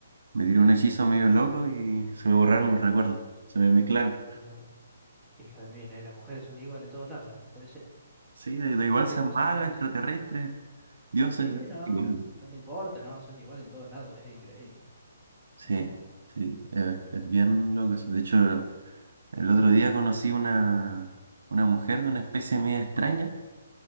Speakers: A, on the right (about 60°); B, in the centre.
A: me tiró un hechizo medio loco y se me borraron los recuerdos, se me mezclaron.
B: mira vos, qué hija de mil, eh, Las mujeres son iguales en todos lados, eh, No puede ser.
A: Sí, da, da igual
B: Sí,
A: sean
B: pues
A: magas,
B: aprovecha.
A: extraterrestres, dioses,
B: Sí,
A: da
B: no,
A: igual.
B: no, le- no le importa, no, son iguales en todos lados, es increíble.
A: Sí,
B: No,
A: sí, eh, es bien loco eso. De hecho, el otro día conocí una, una mujer de una especie media extraña